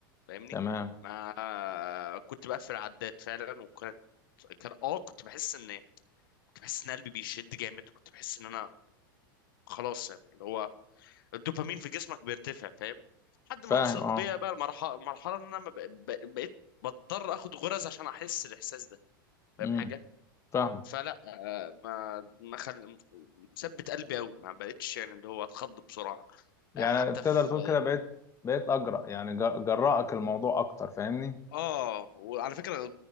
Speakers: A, on the left (about 70°); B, on the left (about 25°).
A: فاهمني
B: تمام
A: ما آه، كنت بقفل العداد فعلا وكانت كان اه كنت بحس ان كنت بحس ان قلبي بيشد جامد كنت بحس ان انا خلاص يعني اللي هو الدوبامين في جسمك بيرتفع فاهم لحد
B: فاهم
A: ما وصلت
B: اه
A: بيا بقى المرحله مرحله ان انا ما بق- بق- بقيت بضطر اخد غرز عشان احس الاحساس ده فاهم
B: امم
A: حاجه
B: فاهمك
A: فلا آه، ما ما خل... مثبت قلبي قوي ما بقتش يعني اللي هو اتخض بسرعه
B: يعني
A: آه، حتى
B: تقدر
A: في
B: تقول كده بقيت بقيت اجرأ يعني ج- جرأك الموضوع اكتر فاهمني
A: اه وعلى فكره جو...